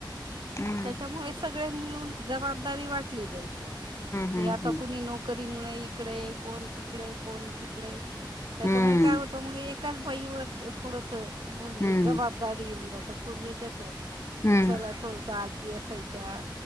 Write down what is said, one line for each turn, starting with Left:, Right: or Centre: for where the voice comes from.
Left: हम्म
Right: त्याच्यामुळे सगळे मिळून जबाबदारी वाटली जाई.
Left: हम्म
Right: हे आता कुणी नोकरी मुळे इकडे कोण तिकडे कोण तिकडे त्याच्यामुळे
Left: हम्म
Right: काय होतं मग एकाच बाईवर थोडसं, म्हणजे
Left: हम्म
Right: जबाबदारी होऊन जातं. पूर्वी कसं
Left: हम्म
Right: चला
Left: हम्म
Right: थोडस आजी असायच्या,